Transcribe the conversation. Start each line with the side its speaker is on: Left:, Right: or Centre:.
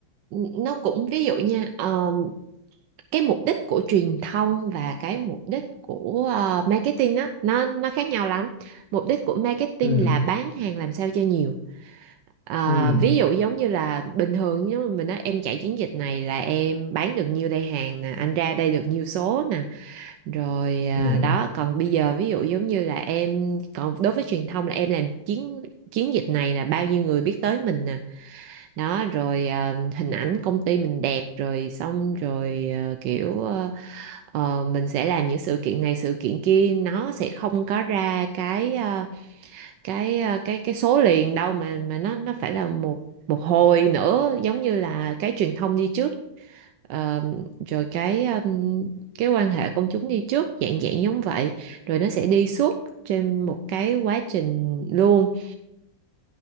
Right: N- Nó cũng ví dụ nha, ờ, cái mục đích của truyền thông và cái mục đích của ờ, marketing á nó nó khác nhau lắm mục đích của marketing
Left: ừ
Right: là bán hàng làm sao cho nhiều Ờ,
Left: ừ
Right: ví dụ giống như là bình thường nếu mà mình nói em chạy chiến dịch này là em bán được nhiêu đây hàng nè anh ra đây được nhiêu số nè rồi ờ,
Left: ừ
Right: đó còn bây giờ ví dụ giống như là em còn đối với truyền thông là em làm chiến chiến dịch này là bao nhiêu người biết tới mình nè đó rồi ờ, hình ảnh công ty mình đẹp rồi xong rồi ờ, kiểu ờ, ờ, mình sẽ làm những sự kiện này sự kiện kia nó sẽ không có ra cái ờ, cái ờ, cái cái số liền đâu mà mà nó nó phải là một một hồi nữa giống như là cái truyền thông đi trước ờ, rồi cái ừm, cái quan hệ công chúng đi trước dạng dạng giống vậy rồi nó sẽ đi suốt trên một cái quá trình luôn